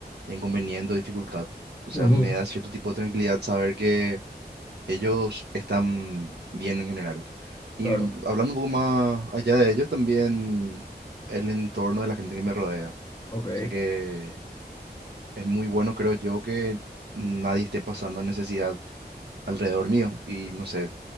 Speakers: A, on the right; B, on the left.
A: de inconveniente o dificultad. O sea,
B: ujú,
A: me da cierto tipo de tranquilidad saber que ellos están bien en general. Y
B: Claro.
A: hablando un poco más allá de ellos, también el entorno de la gente que me rodea.
B: Ok.
A: O sea que es muy bueno, creo yo, que nadie esté pasando necesidad alrededor mío. Y no sé,